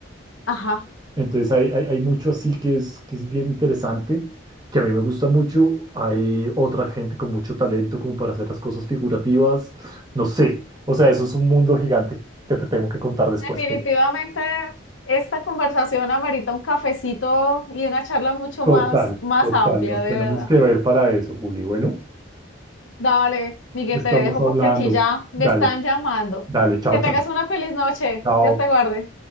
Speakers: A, on the left; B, on the right.
A: Ajá.
B: Entonces, hay, hay, hay mucho así que es, que es bien interesante, que a mí me gusta mucho. Hay otra gente con mucho talento como para hacer las cosas figurativas, no sé. O sea, eso es un mundo gigante que te tengo que contar después.
A: Definitivamente esta conversación amerita un cafecito y una charla mucho
B: Total,
A: más, más
B: total,
A: amplia,
B: nos
A: de
B: tenemos
A: verdad.
B: que ver para eso, Juli. Bueno,
A: Dale, Miguel,
B: estamos
A: te dejo
B: hablando.
A: porque aquí ya me
B: Dale,
A: están llamando.
B: dale, chao,
A: Que tengas
B: chao.
A: una feliz noche.
B: Chao.
A: Dios te guarde.